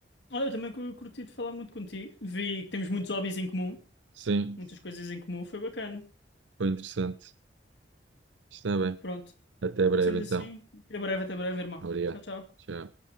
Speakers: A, on the left; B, on the right.
A: Olha, eu também cur- curti de falar muito contigo. Vi que temos muitos hobbies em comum,
B: Sim,
A: muitas coisas em comum, foi bacana.
B: foi interessante. Está bem.
A: Pronto,
B: Até breve,
A: sendo
B: então.
A: assim, até breve, até breve, irmão.
B: Obrigado.
A: Tchau, tchau.
B: Tchau.